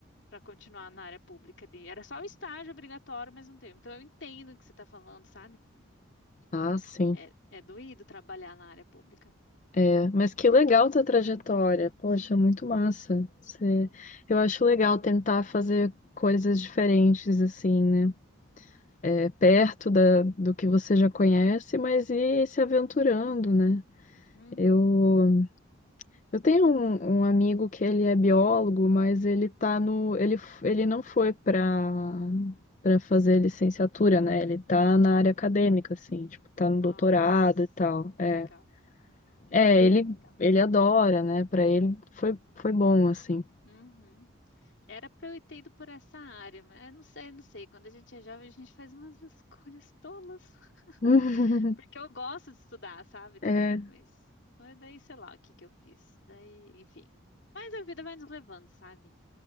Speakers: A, on the left; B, on the left.
A: para continuar na área pública ali. Era só o estágio obrigatório, mas não teve. Então eu entendo o que você está falando, sabe?
B: Ah, sim.
A: É, é doído trabalhar na área pública.
B: É, Mas que legal tua trajetória. Poxa, muito massa. Você...
A: É.
B: Eu acho legal tentar fazer coisas diferentes, assim, né? é, perto da, do que você já conhece, mas ir se aventurando, né?
A: Uhum,
B: Eu, eu tenho um, um amigo que ele é biólogo, mas ele tá no, ele, f- ele não foi para para fazer licenciatura, né? Ele tá na área
A: uhum.
B: acadêmica, assim, tipo, tá no
A: Nossa,
B: doutorado e tal. É,
A: tá legal.
B: é, ele
A: Legal.
B: ele adora, né? Para ele foi foi bom, assim.
A: Uhum. Era pra eu ter ido por essa área, mas eu não sei, não sei. Quando a gente é jovem, a gente faz umas escolhas tolas.
B: <laughs>
A: <laughs> Porque eu gosto de estudar, sabe,
B: É,
A: também. Mas, mas daí, sei lá, o que que eu fiz. Daí, enfim. Mas a vida vai nos levando, sabe?